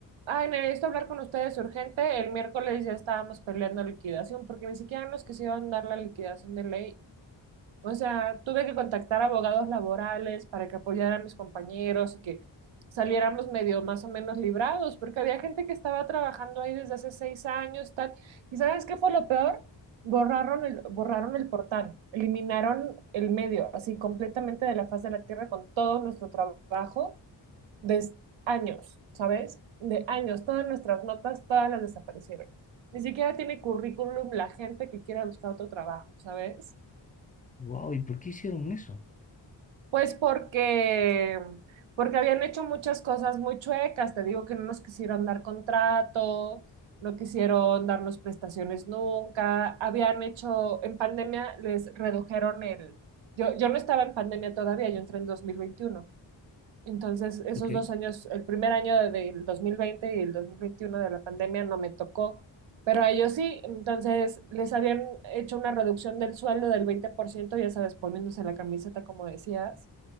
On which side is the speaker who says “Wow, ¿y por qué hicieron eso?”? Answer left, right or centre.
Left